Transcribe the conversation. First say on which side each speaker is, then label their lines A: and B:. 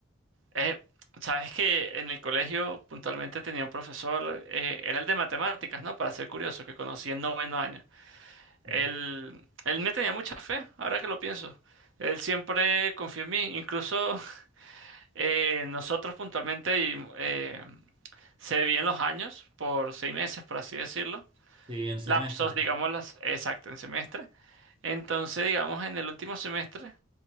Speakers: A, on the right (about 65°); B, on the right (about 25°).
A: Eh, sabes que en el colegio puntualmente tenía un profesor, eh, era el de matemáticas, ¿no? Para ser curioso, que conocí en noveno año. Él,
B: Sí.
A: él me tenía mucha fe, ahora que lo pienso. Él siempre confió en mí, incluso <laughs> eh, nosotros puntualmente y, eh, se dividían los años por seis meses, por así decirlo,
B: Sí, en semestre.
A: lapsos, digamos, las- exacto, en semestre. Entonces, digamos, en el último semestre